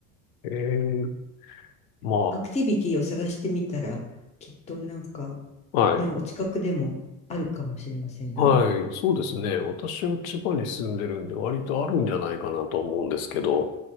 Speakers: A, on the left; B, on the left.
A: ええ、ま
B: アクティビティを探してみたら、きっとなんか、
A: あ、はい。
B: ね、お近くでもあるかもしれませんよ。
A: はい、そうですね。私は千葉に住んでるんで、割とあるんじゃないかなと思うんですけど、